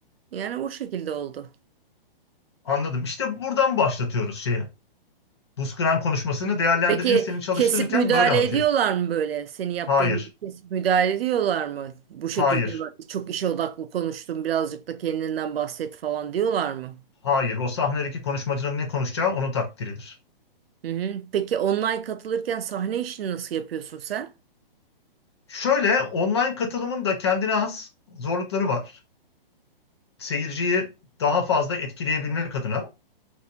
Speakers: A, on the right; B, on the left.
A: Yani bu şekilde oldu.
B: Anladım. İşte buradan başlatıyoruz şeye. Buz kıran konuşmasını değerlendiricin
A: Peki
B: seni çalıştırırken
A: kesip müdahale
B: böyle anlatıyor.
A: ediyorlar mı böyle? Senin yaptığın
B: Hayır,
A: gibi kesip müdahale ediyorlar mı? Bu şekilde
B: hayır,
A: bak- çok işe odaklı konuştun, birazcık da kendinden bahset falan diyorlar mı?
B: hayır. O sahnedeki konuşmacının ne konuşacağı onun takdiridir.
A: Hı hı. Peki online katılırken sahne işini nasıl yapıyorsun sen?
B: Şöyle online katılımın da kendine has zorlukları var. Seyirciyi daha fazla etkileyebilmek adına